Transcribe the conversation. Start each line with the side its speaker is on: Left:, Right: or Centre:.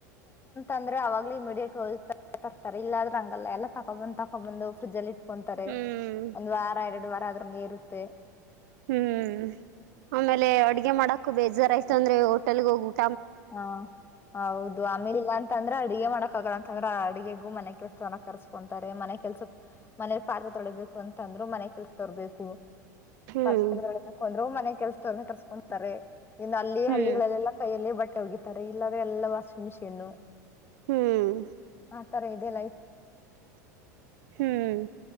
Left: ಅಂದ್ರೆವಾಗಲೇ ಇಮಿಡಿಯೇಟ್ ಹೋಗಿ ತರ್ತಾರೆ ಇಲ್ಲ ಆದ್ರೆ ಆಗಲ್ಲಾ ಎಲ್ಲ ತಕ್ಕೊಂಡ್ ಬಂದ್ ತಕ್ಕೊಂಡ್ ಬಂದು ಫ್ರಿಜ್ ಅಲ್ಲಿ ಇಟ್ಕೊಂತಾರೆ
Right: ಹ್ಮ್
Left: ಒಂದ ವಾರ ಎರಡು ವಾರ ಅದ್ರ ನೀರು. ಅಂತೆ <inaudible>
Right: ಹ್ಮ್ ಆಮೇಲೆ ಅಡ್ಗೆ ಮಾಡಕ್. ಬೇಜಾರ ಆಯತ ಅಂದ್ರೆ ಹೋಟೆಲ್ ಹೋಗು ಉನ್ಕೋ.
Left: ಹಾ ಹೌದು ಆಮೇಲಿಲ್ಲ ಅಂತ ಅಂದ್ರೆ ಅಡಗೆ ಮಾಡಕ್ ಆಗಲ್ಲ ಅಂತಂದ್ರ ಅಡುಗೆಗೂ ಮನೆ ಕೆಲ್ಸನ ಕರ್ಸ್ಕೊಂತಾರೆ ಮನೆ ಕೆಲ್ಸ ಮನೆಲಿ ಪಾತ್ರೆ ತೊಳಬೇಕು ಅಂತ ಅಂದ್ರು ಮನೆ ಕೆಲ್ಸ ತರ್ಬೇಕು.
Right: ಹ್ಮ್
Left: ಪಾತ್ರೆ ತೋಳಿಬೇಕ ಅಂದ್ರು ಮತ್ತೆ. ಮನೆ ಕೆಲಸದವ್ರಣ ಕರ್ಸ್ಕೊಂತಾರೆ. ಇನ್ನು ಅಲ್ಲಿ
Right: ಹ್ಮ್
Left: ಹಳ್ಳಿಗಳಲ್ಲೆಲ್ಲಾ ಕೈಯಲ್ಲಿ ಬಟ್ಟೆ- ಓಗಿತಾರೆ ಇಲ್ಲಾದ್ರೆ ಎಲ್ಲ ವಾಷಿಂಗ್ ಮಿಷೀನ್ನು.
Right: ಹ್ಮ್
Left: ಆ ತರ ಇದೆ ಲೈಫ್
Right: ಹ್ಮ್